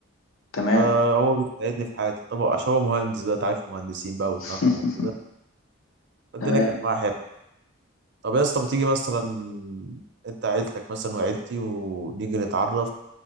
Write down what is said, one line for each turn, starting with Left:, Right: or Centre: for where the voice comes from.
Left: تمام
Right: فهو بيساعدني في حياتي طبعا عشان هو مهندس بقى أنت عارف المهندسين بقى ودماغهم
Left: <laughs>
Right: وكده فالدنيا
Left: تمام
Right: كانت معايا حلوة طب يا اسطى ما تيجي مثلا أنت عيلتك مثلا وعيلتي ونيجي نتعرف